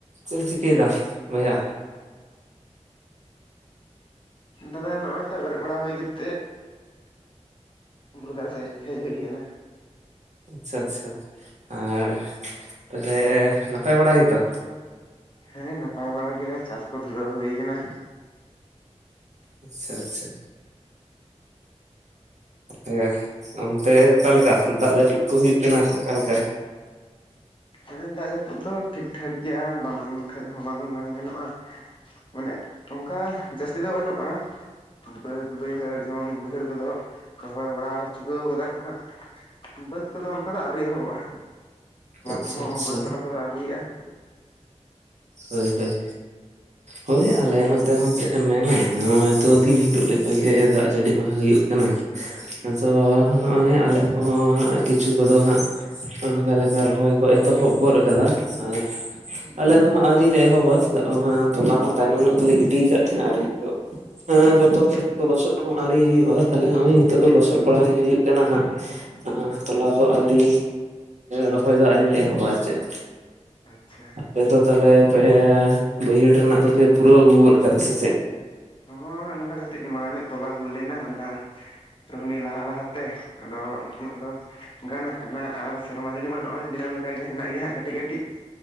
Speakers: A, on the right; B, on the left.
A: ᱪᱮᱫ ᱮᱢ ᱪᱤᱠᱟᱹᱭᱮᱫᱟ ᱵᱚᱭᱦᱟ
B: ᱫᱟᱫᱟ ᱱᱚᱜᱼᱚᱭ ᱛᱚ ᱵᱮᱨᱮᱫ ᱵᱟᱲᱟ ᱦᱩᱭ ᱠᱟᱛᱮᱫ ᱵᱩᱨᱩ ᱫᱷᱟᱨᱮ ᱥᱮᱫ ᱦᱮᱡ ᱦᱩᱭ ᱟᱠᱟᱱᱟ
A: ᱟᱪᱪᱷᱟ ᱟᱪᱪᱷᱟ ᱟᱨ ᱛᱟᱦᱚᱞᱮ ᱱᱟᱯᱟᱭ ᱵᱟᱲᱟ ᱜᱮᱛᱚ
B: ᱦᱮᱸ ᱱᱟᱯᱟᱭ ᱵᱟᱲᱟ ᱜᱮ ᱪᱟᱥ ᱠᱚ ᱫᱷᱩᱨᱟᱹᱣ ᱦᱩᱭ ᱟᱠᱟᱱᱟ
A: ᱟᱪᱪᱷᱟ ᱟᱪᱪᱷᱟ ᱦᱮᱸ ᱚᱱᱛᱮ ᱚᱠᱟᱞᱮᱠᱟ ᱫᱟᱜ ᱡᱟᱹᱯᱩᱫ ᱠᱚ ᱦᱩᱭᱩᱜ ᱠᱟᱱᱟ ᱚᱠᱟᱞᱮᱠᱟ
B: ᱦᱮᱸ ᱫᱟᱜ ᱡᱟᱹᱯᱩᱫ ᱫᱚ ᱴᱷᱤᱠᱹ ᱴᱷᱟᱠᱹ ᱜᱮᱼᱭᱟ ᱵᱟᱝᱹ ᱢᱮᱱ ᱠᱷᱟᱱ ᱦᱚᱸ ᱵᱟᱝ ᱢᱮᱱ ᱜᱟᱱᱚᱜᱼᱟ ᱢᱟᱱᱮ ᱚᱱᱠᱟᱹ ᱡᱟᱹᱥᱛᱤ ᱫᱚ ᱵᱟᱹᱱᱩᱜᱼᱟ᱾ ᱵᱟᱹᱫ ᱵᱟᱹᱭᱦᱟᱹᱲ ᱡᱮᱹᱢᱚᱱ ᱵᱟᱹᱭᱦᱟᱹᱲ ᱠᱚᱫᱚᱹ ᱨᱚᱦᱚᱼᱭ ᱵᱟᱲᱟᱹ ᱪᱩᱠᱟᱹᱣ ᱠᱟᱫᱟ ᱠᱚ ᱦᱟᱸᱜ ᱵᱟᱹᱫᱽ ᱠᱚᱹᱫᱚ ᱚᱱᱠᱟᱹ ᱫᱚ ᱟᱹᱣᱨᱤ ᱮᱦᱚᱵᱚᱜᱼᱟ
A: ᱟᱪᱪᱷᱟ
B: ᱚᱼᱦᱚᱸ
A: ᱟᱪᱪᱷᱟ
B: ᱵᱟᱹᱫᱽ ᱛᱚᱞᱟ ᱠᱚᱹᱫᱚ ᱟᱹᱣᱤᱭᱟᱜᱼᱟ
A: ᱦᱳᱭᱸᱦᱳᱭᱸ ᱦᱳᱭᱹ ᱟᱼᱞᱮ ᱱᱚᱛᱮ ᱦᱚᱸ ᱪᱮᱫ ᱮᱢ ᱢᱮᱱᱟ ᱱᱚᱦᱼᱚᱭ ᱛᱚ ᱫᱤᱱ ᱦᱤᱞᱳᱜᱹ ᱞᱮᱠᱟ ᱜᱮ ᱫᱟᱜ ᱡᱟᱹᱲᱤ ᱢᱟ ᱦᱩᱭᱩᱜᱼᱟ ᱠᱟᱱᱟᱹ ᱟᱫᱚ ᱱᱚᱜᱼᱚᱭ ᱟᱞᱮ ᱠᱚᱦᱚᱸ ᱦᱟᱸᱜ ᱠᱤᱹᱪᱷᱩ ᱠᱚᱫᱚ ᱦᱟᱸᱜ ᱚᱱᱠᱟ ᱞᱮᱠᱟ ᱨᱚᱦᱚᱭ ᱠᱚ ᱮᱛᱚᱦᱚᱵ ᱜᱚᱫ ᱟᱠᱟᱫᱟ ᱟᱨ ᱟᱞᱮ ᱫᱚ ᱦᱟᱸᱜ ᱟᱹᱰᱤ ᱞᱮ ᱮᱦᱚᱵᱟ ᱪᱮᱫᱟᱜ ᱵᱟᱝ ᱦᱚᱸ ᱛᱚᱞᱟ ᱦᱚᱸ ᱛᱟᱭᱱᱚᱢ ᱧᱚᱜ ᱛᱮᱞᱮ ᱜᱤᱰᱤ ᱟᱠᱟᱫ ᱛᱟᱦᱮᱼᱟ ᱟᱨ ᱱᱤᱛᱚᱜ ᱦᱮᱸ ᱡᱚᱛᱚ ᱠᱷᱮᱛ ᱠᱚ ᱞᱚᱥᱚᱫ ᱦᱚᱸ ᱟᱹᱣᱨᱤ ᱦᱩᱭᱩᱜᱼᱟ ᱛᱟᱦᱞᱮ ᱱᱚᱜᱼᱚᱭ ᱱᱤᱛᱚ ᱫᱚ ᱞᱚᱥᱚᱫ ᱵᱟᱲᱟ ᱜᱮ ᱦᱩᱭᱩᱜ ᱠᱟᱱᱟ ᱦᱟᱸᱜ ᱦᱚᱸ ᱛᱚᱞᱟ ᱫᱚ ᱟᱹᱣᱨᱤ ᱨᱚᱦᱚᱼᱭ ᱫᱚ ᱟᱹᱣᱤᱞ ᱞᱮ ᱮᱦᱚᱵᱟ ᱪᱮᱫ
B: ᱟᱪᱪᱷᱟ
A: ᱟᱯᱮ ᱫᱚ ᱛᱟᱦᱞᱮ ᱯᱮ ᱵᱟᱹᱭᱦᱟᱹᱲ ᱨᱮᱱᱟᱼᱜ ᱫᱚᱯᱮ ᱯᱩᱨᱟᱹᱣ ᱟᱹᱜᱩ ᱜᱚᱫ ᱠᱟᱫᱟ ᱥᱮ ᱪᱮᱫ
B: ᱦᱳᱭ ᱚᱱᱟᱹ ᱠᱟᱹᱴᱤᱡ ᱢᱟᱲᱟᱝ ᱧᱚᱜ ᱛᱚᱞᱟ ᱦᱩᱭ ᱞᱮᱱᱟ ᱚᱱᱟᱹ ᱨᱳᱹᱦᱱᱤ ᱞᱟᱦᱟ ᱞᱟᱦᱟ ᱛᱮ ᱟᱫᱚ ᱚᱱᱠᱟᱱᱟᱜ ᱫᱚ ᱜᱟᱱ ᱟᱠᱟᱱᱟ ᱟᱨ ᱥᱮᱨᱢᱟ ᱡᱟᱹᱲᱤ ᱢᱟ ᱱᱚᱜᱼᱚᱭ ᱫᱤᱱᱟᱹᱢ ᱞᱮᱠᱟ ᱜᱮ ᱦᱮᱱᱟᱼᱜ ᱜᱮᱭᱟ ᱠᱟᱹᱴᱤᱡ ᱠᱟᱹᱴᱤᱡ